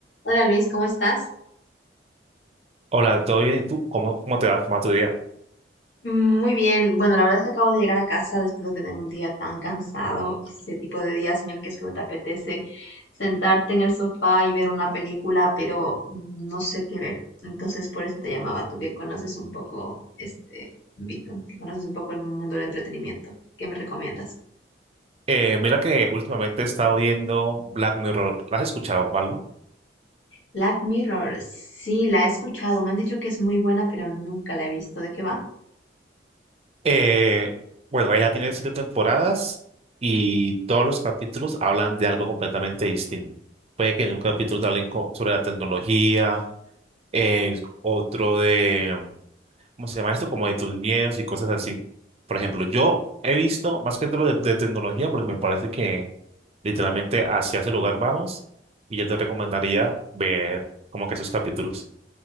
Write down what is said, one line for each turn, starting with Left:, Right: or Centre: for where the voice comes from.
Left: Hola Luis, ¿cómo estás?
Right: Hola, ¿todo bien? ¿Y tú? ¿Cómo, cómo te va? ¿Cómo va tu día?
Left: Mm, Muy bien. Bueno, la verdad es que acabo de llegar a casa después de tener un día tan cansado, ese tipo de días en el que solo te apetece sentarte en el sofá y ver una película, pero mm, no sé qué ver. Entonces, por eso te llamaba, tú que conoces un poco este ámbito, que conoces un poco el mundo del entretenimiento. ¿Qué me recomiendas?
Right: Eh, mira que últimamente he estado viendo Black Mirror. ¿La has escuchado o algo?
Left: Black Mirror, sí, la he escuchado. Me han dicho que es muy buena, pero nunca la he visto. ¿De qué va?
Right: Eh, bueno, ella tiene siete temporadas y todos los capítulos hablan de algo completamente distinto. Puede que en un capítulo te hablen co- sobre la tecnología, eh, otro de ¿cómo se llama esto? Como de tus miedos y cosas así. Por ejemplo, yo he visto más que todo de, de tecnología porque me parece que literalmente hacia ese lugar vamos y yo te recomendaría ver como que esos capítulos.